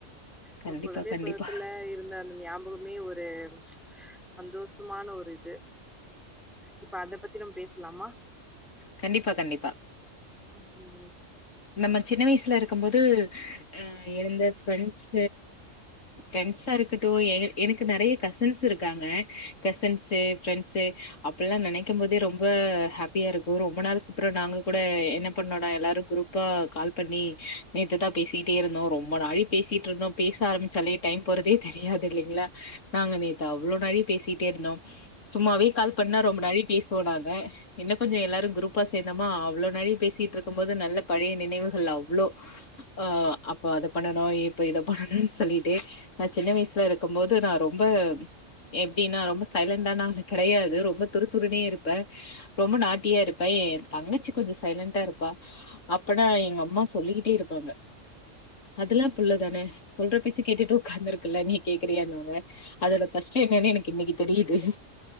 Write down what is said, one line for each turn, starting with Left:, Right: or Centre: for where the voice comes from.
Centre: நம்ம
Left: கண்டிப்பா
Centre: குழந்தை
Left: கண்டிப்பா
Centre: பருவத்துல இருந்த அந்த ஞா பகமே ஒரு ச் ஸ் சந்தோஸமான ஒரு இது இப்ப அத பத்தி நம் பேசலாமா?
Left: கண்டிப்பா கண்டிப்பா
Centre: ம்
Left: நம்ம சின்ன வயசுல இருக்கு போத அ இருந்த பிரண்ட்ஸ பிரண்ட்ஸா இருக்கட்டும் எ எனக்கு நெறைய கசின்ஸ் இருக்காங்க கசிஸின்ஸ் பிரண்ஸா அப்படல்லா நினைக்கும் போதே ரொம்ப ஹாப்பியா இருக்கு ரொம்ப நாளைக்கு அப்புறம் நாங்க கூட என்ன பண்ணோடா எல்லார குரூப்பா கால்பண்ணி நேதா பேசிட்டே இருந்தோ ரொம்ப நா பேசட்டு இருந்தோ பேச ஆரம்பிச்சே டை போறதே தெரியாது இல்லைங்களா நாங்க நேத்து அவ்ளோ நேர பேசிட்ட இருந்தோ சும்மாவே கால் பண்ண ரொம்ப நேரம் பேசுவோ வாங்க என் கொஞ்ச எல்லார குரூபா சேந்தோமா அவ்வோளோ நாழி பேசிட்டு இருகம் போது நல்ல பழைய நினைவுகள் அவ்வுளோ அ அப்போ அத பண்ணனு இப்ப இத பண்ணணும்னு சொல்லிட்டு நா சின்ன வயசுல இருக்கு போது நா ரொம்ப எப்படின்னா ரொம்ப சைலண்டா நாங்க கிடையாது ரொம்ப துருத்துருனோ இருப்பே ரொம்ப நாட்டியா இருப்பே என் தங்கச்சி கொஞ்சம் சைலண்டா இருப்பா அப்பனா எங்க அம்மா சொல்லிக்கிட்டே இருப்பாங்க அதெல்லா புள்ளதானே சொல்ற பேச்சு கேட்டுட்டு உட்காந்துருக்குல்ல நீ கேக்குறியாங்க அதோட கஷ்டம் என்னன்னு எனக்கு இன்னைக்கு தெரியுது